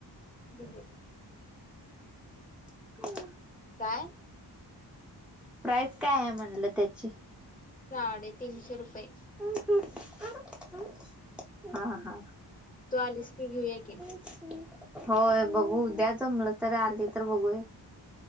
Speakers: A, on the left; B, in the centre.
A: <unintelligible>
B: आं
A: काय??
B: प्राईस काय आहे? म्हणलं त्याची.
A: साड़े तीनशे रुपये
B: अं अं आं अं हा हा
A: तू आलीस की घेऊया की.
B: हं होय बघू उद्या जमलं तर आले तर बघू ए